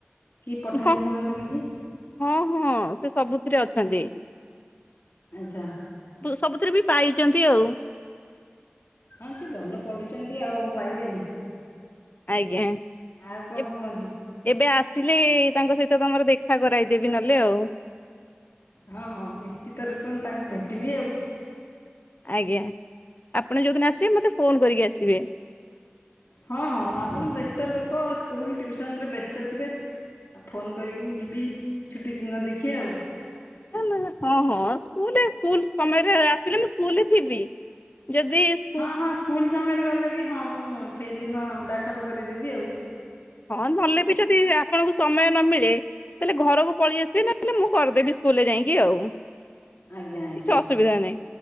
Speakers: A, on the left; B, on the left.
A: କି ପଠାଣି
B: ହଁ
A: ସାମନ୍ତ କିଛି।
B: ହଁ ହଁ ସେ ସବୁଥିରେ ଅଛନ୍ତି।
A: ଆଚ୍ଛା।
B: ସବୁଥିରେ ବି ପାଇଚନ୍ତି ଆଉ।
A: ହଁ ସେ ଭଲ ପଢ଼ୁଚନ୍ତି ଆଉ ପାଇବେନି।
B: ଆଜ୍ଞା।
A: ଆଉ
B: ଏ
A: କଣ କୁହନ୍ତୁ?
B: ଏବେ ଆସିଲେ ତାଙ୍କ ସହିତ ତମର ଦେଖା କରାଇଦେବି ନହେଲେ ଆଉ।
A: ହଁ ହଁ ନିଶ୍ଚିତ ରୂପେ ମୁଁ ତାଙ୍କୁ ଭେଟିବି ଆଉ।
B: ଆଜ୍ଞା ଆପଣ ଯୋଉ ଦିନ ଆସିବେ ମୋତେ ଫୋନ୍ କରିକି ଆସିବେ।
A: ହଁ ହଁ ଆପଣ ବ୍ୟସ୍ତ ଲୋକ ସ୍କୁଲ ଟ୍ୟଉସନରେ ବ୍ୟସ୍ତ ଥିବେ। ଆ ଫୋନ କରିକି ମୁଁ ଯିବି ଛୁଟି ଦିନ ଦେଖି ଆଉ।
B: ହଁ ହଁ ସ୍କୁଲେ ସ୍କୁଲ୍ ସମୟରେ ଆସିଲେ ମୁଁ ସ୍କୁଲରେ ଥିବି। ଯଦି ସ୍କ
A: ହଁ ହଁ ସ୍କୁଲ ସମୟରେ ଗଲେ ବି ହଁ ମୁଁ ସେଇଦିନ ଦାଖଲ କରେଇଦେବି ଆଉ।
B: ହଁ ନଲେ ବି ଯଦି ଆପଣଙ୍କୁ ସମୟ ନ ମିଳେ ତାହେଲେ ଘରକୁ ପଳେଇ ଆସିବେ ନା ହେଲେ ମୁଁ କରିଦେଲି ସ୍କୁଲରେ ଯାଇଁକି ଆଉ।
A: ଆଜ୍ଞା ଆଜ୍ଞା।
B: କିଛି ଅସୁବିଧା ନାହିଁ